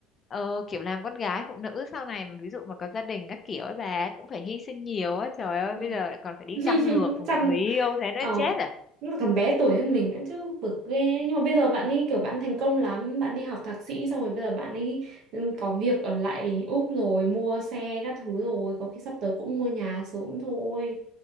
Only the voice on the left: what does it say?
Ờ, kiểu làm con gái phụ nữ sau này mà ví dụ mà có gia đình các kiểu ấy bà cũng phải hy sinh nhiều á trời ơi
bây giờ lại còn phải đi
chăm ngược
người yêu thế nó
chết à